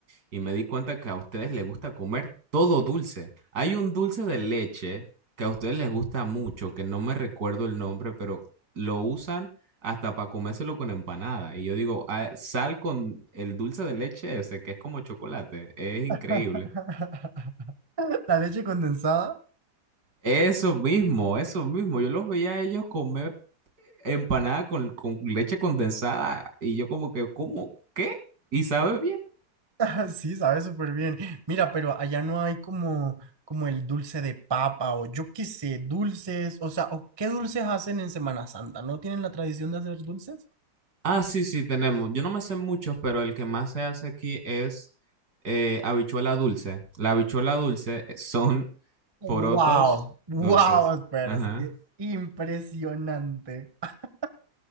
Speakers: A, on the right; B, on the right.
A: y me di cuenta que a ustedes les gusta comer todo dulce. Hay un dulce de leche que a ustedes les gusta mucho, que no me recuerdo el nombre, pero lo usan hasta para comérselo con empanada. Y yo digo, "Ah, sal con el dulce de leche ese, que es como chocolate. Es increíble.
B: <laughs> La leche condensada.
A: Eso mismo, eso mismo. Yo los veía a ellos comer empanada con, con leche condensada y yo como que, ¿cómo? ¿Qué? Y sabe bien.
B: <laughs> Sí, sabe súper bien. Mira, pero allá no hay como, como el dulce de papa o yo qué sé, dulces, o sea, o qué dulces hacen en Semana Santa, ¿no tienen la tradición de hacer dulces?
A: Ah, sí, sí, tenemos. Yo no me sé muchos, pero el que más se hace aquí es eh, habichuela dulce. La habichuela dulce eh, son <laughs>
B: Wow,
A: porotos
B: wow,
A: dulces.
B: espera,
A: Ajá.
B: es que impresionante. <laughs>